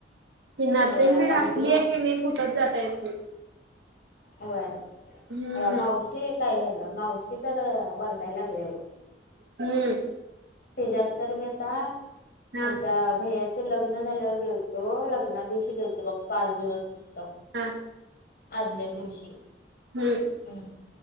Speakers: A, on the right; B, on the left.
A: की नर्सिंग
B: होय आता
A: फीड
B: आमची
A: असली
B: मा
A: आहे कणी, कुठचं जाता येत नाही.
B: होय,
A: हम्म.
B: आव्वा मावशी काय झालं मावशी. तर वरडायला लागलेल.
A: हम्म.
B: तेच्यात तर मी आता,
A: हा
B: आमच्या भैयात. तर लग्नं झाल्यावर गेलतो, लग्ना दिवशी गेलतो बघ पाच दिवस फक्त.
A: हा
B: आदल्या दिवशी.
A: हम्म.
B: हम्.